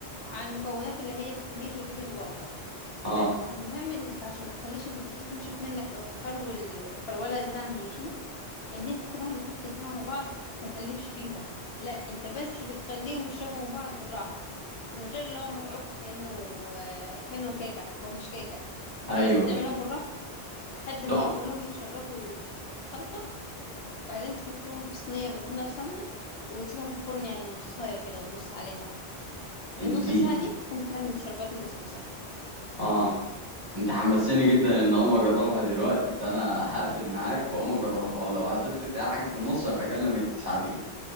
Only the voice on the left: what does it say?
على المكونات اللي هي السميد والبيكنج باودر
بس المهم انك عشان ما تخليش البسبوسه تنشف منك او تفرول فروله زياده عن اللزوم ان انت مهما تحط الاتنين على بعض ما تقلبش فيهم لا انت بس بتخليهم يشربوا من بعض بالراحه من غير اللي هو ما تعك كانه آه، كانه كيكه هو مش كيكه انت
بس تعملهم
بالراحه لحد ما
كلهم يتشربوا الخلطه بعدين تحطهم في صينيه مدهونه بسمنه وتسيبها في الفرن يعني نصايه كده وتبص عليها
في النص ساعه دي تكون بتعمل شربات البسبوسه